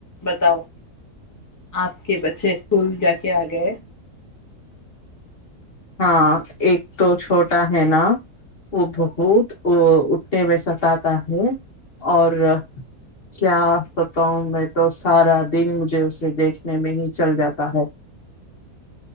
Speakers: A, on the left (about 25°); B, on the left (about 45°).
A: بتاؤ آپ کے بچے اسکول جا کے آ گئے
B: ہاں ایک تو چھوٹا ہے نا وہ بہت ا اٹھنے میں ستا ہے اور کیا بتا ہوں میں تو سارا دن مجھے اسے دیکھنے میں ہی چل جاتا ہے